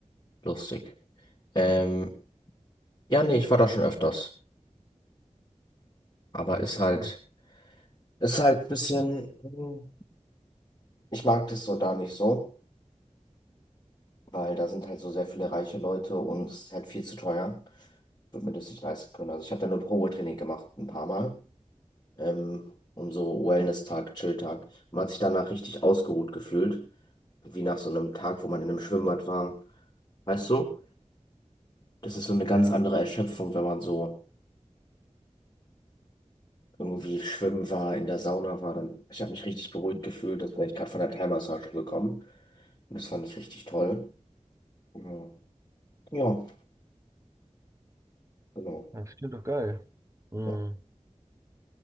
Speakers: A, on the left; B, on the right.
A: Lustig. Ähm, ja, nee, ich war da schon öfters. Aber
B: Ja, das
A: ist
B: ist doch
A: halt,
B: gut.
A: ist halt ein bisschen, hm, ich mag das so da nicht so. weil da sind halt so sehr viele reiche Leute und es ist halt viel zu teuer. Ich würde mir das nicht leisten können. Also ich habe da nur Probetraining gemacht, ein paar Mal. Ähm, um so Wellness-Tag, Chill-Tag. Man hat sich danach richtig ausgeruht gefühlt. Wie nach so einem Tag, wo man in einem Schwimmbad war. Weißt du? Das ist so eine ganz
B: Ja.
A: andere Erschöpfung, wenn man so irgendwie schwimmen war, in der Sauna war. Dann, ich habe mich richtig beruhigt gefühlt, als wäre ich gerade von der Thai-Massage gekommen. Und das fand ich richtig toll. Mhm. Ja, genau.
B: Das klingt doch geil. Hm.
A: Ja,